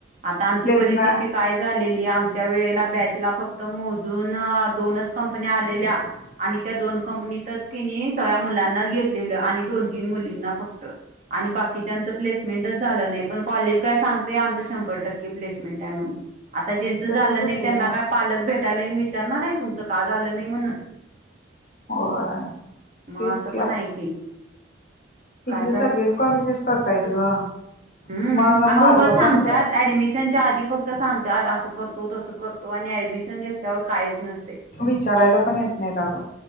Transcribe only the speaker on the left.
प्लेसमेंट
तसंच होते
ग
होय
तेच
तिथले
सगळेच कॉलेजेस तसाय आहेत ग.
मग
माझं
पण
विचारायला पण येत नाही आगं.